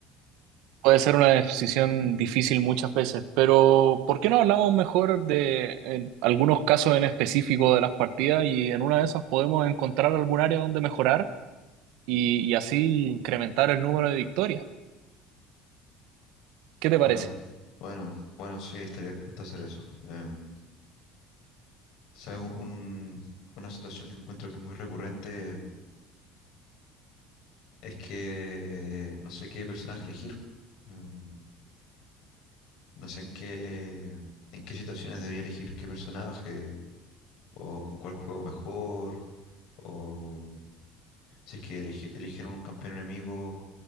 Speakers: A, on the right; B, on the left.
A: Puede ser una decisión difícil muchas veces, pero ¿por qué no hablamos mejor de eh, algunos casos en específico de las partidas y en una de esas podemos encontrar algún área donde mejorar y, y así incrementar el número de victorias? ¿Qué te
B: Bueno,
A: parece?
B: bueno, bueno, sí, estaría dispuesto a hacer eso. Em, ¿sabes? Un, un- una situación que encuentro que es muy recurrente es que no sé qué personaje elegir. Em, no sé en qué, en qué situaciones debería elegir qué personaje o con cuál juego mejor. O si es que elegi- eligieron un campeón enemigo,